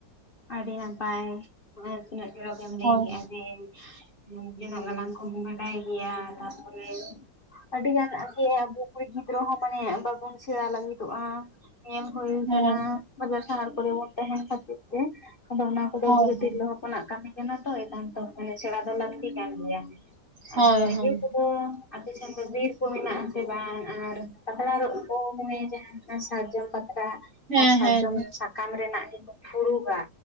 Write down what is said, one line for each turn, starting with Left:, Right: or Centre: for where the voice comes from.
Left: ᱟᱹᱰᱤ ᱱᱟᱯᱟᱭ ᱟᱨ ᱛᱤᱱᱟᱹᱜ ᱪᱚᱲᱚᱠ‌ ᱮᱢ ᱞᱟᱹᱭ
Right: ᱦᱳᱭ
Left: ᱠᱮᱫᱼᱟ ᱡᱮᱼ- ᱡᱚᱱᱚᱜ ᱜᱟᱞᱟᱝ ᱠᱚᱢ ᱵᱟᱰᱟᱭ ᱜᱮᱭᱟ ᱛᱟᱨᱯᱚᱨᱮ ᱟᱹᱰᱤ ᱜᱟᱱ ᱜᱮ ᱟᱵᱚ ᱠᱩᱲᱤ ᱜᱤᱫᱽᱨᱟᱹ ᱦᱚᱸ ᱢᱟᱱᱮ ᱵᱟᱵᱚᱱ ᱥᱮᱬᱟ ᱞᱟᱹᱜᱤᱫᱚᱜᱼᱟ ᱧᱮᱞ ᱦᱩᱭ
Right: ᱦᱮᱸ
Left: ᱠᱟᱱᱟ ᱵᱟᱡᱟᱨ ᱥᱟᱨ ᱠᱚᱨᱮ ᱵᱚᱱ ᱛᱟᱦᱮᱱ ᱛᱮ ᱟᱫᱚ ᱚᱱᱟ ᱦᱩᱰᱟᱹᱵ
Right: ᱦᱳᱭ ᱦᱳᱭ
Left: ᱛᱤᱨᱞᱟᱹ ᱦᱚᱯᱚᱱᱟᱜ ᱠᱟᱹᱢᱤ ᱠᱟᱱᱟ ᱛᱚ ᱮᱱᱠᱷᱟᱱᱛᱚ ᱢᱟᱱᱮ ᱥᱮᱬᱟ ᱫᱚ ᱞᱟᱹᱠᱛᱤ ᱠᱟᱱ ᱜᱮᱭᱟ᱾
Right: ᱦᱳᱭ
Left: ᱟᱫᱚ ᱤᱭᱟ.
Right: ᱦᱳᱭ
Left: ᱠᱚᱫᱚ ᱟᱯᱮ ᱥᱮᱱ ᱫᱚ ᱵᱤᱨ ᱠᱚ ᱢᱮᱱᱟᱜ ᱟᱥᱮ ᱵᱟᱝ ᱟᱨ ᱯᱟᱛᱲᱟ ᱨᱚᱜ ᱠᱚ ᱢᱟᱱᱮ ᱡᱟᱦᱟᱸ ᱥᱟᱨᱡᱚᱢ ᱯᱟᱛᱲᱟ
Right: ᱦᱮᱸ
Left: ᱟᱨ ᱥᱟᱨᱡᱚᱢ
Right: ᱦᱮᱸ
Left: ᱥᱟᱠᱟᱢ ᱨᱮᱱᱟᱜ ᱡ ᱯᱷᱩᱲᱩᱜᱟ